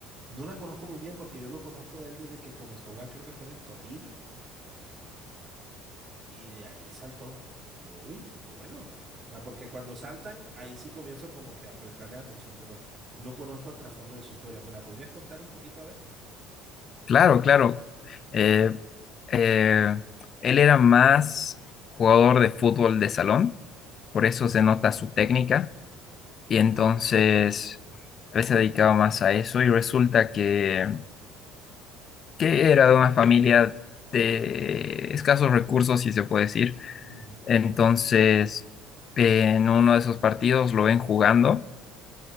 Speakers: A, on the right; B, on the left.
A: No la conozco muy bien porque yo lo conozco de él desde que comenzó a jugar, creo que fue en el Tolima, y de ahí saltó. Y yo, uy, qué bueno. O sea, porque cuando saltan, ahí sí comienzo como que a prestarles atención, pero no conozco el trasfondo de su historia. ¿Me la podrías contar un poquito, a ver?
B: Claro, claro. Eh, eh, él era más jugador de fútbol de salón, por
A: Ujú,
B: eso se nota su técnica, y entonces él se dedicaba más a eso, y resulta que que era de una familia de escasos recursos, si se puede decir.
A: ujú,
B: Entonces, eh, en uno de esos partidos lo ven jugando